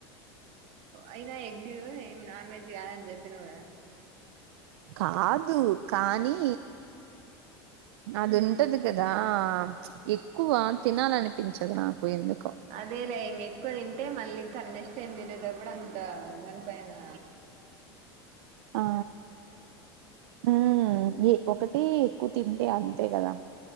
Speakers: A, on the right; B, on the right.
A: అయినా ఎగ్ ఏం నాన్ వెజ్ కాదని చెప్పినవ్ గదా
B: కాదు కానీ అందుంటది
A: హ్మ్
B: కదా ఎక్కువ తినాలనిపించదు నాకు ఎందు
A: అదేలే ఇంగ ఎక్కువ తింటే మళ్ళీ తన్నే చెందినటప్పుడు అంత దాన్ పైనా
B: ఆ మ్ ఈ ఒకటీ కు తింటే అంతే కదా